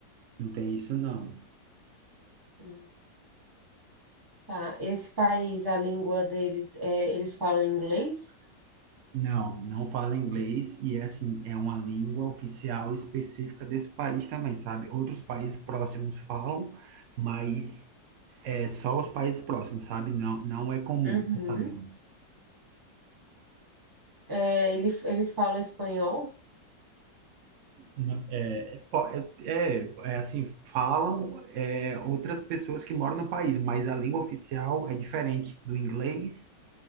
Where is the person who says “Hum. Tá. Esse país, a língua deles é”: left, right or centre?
Right